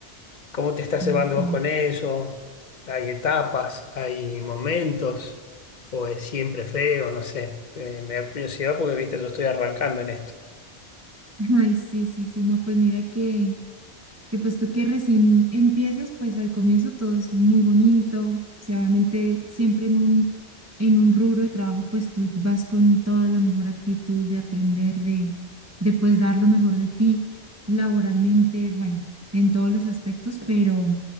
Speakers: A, on the left; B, on the right.
A: ¿Cómo te estás
B: Ah,
A: llevando
B: Sí,
A: vos con eso? ¿Hay etapas, hay momentos, o es siempre feo? No sé. Eh, me da curiosidad porque, viste, yo estoy arrancando en esto.
B: Ay, sí, sí, sí, no, pues mira que, que pues tú que recién empiezas, pues al comienzo todo es muy bonito, o sea, obviamente siempre en un, en un rubro de trabajo, pues tú vas con toda la mejor actitud de aprender, de, de pues dar lo mejor de ti laboralmente, bueno, en todos los aspectos, pero,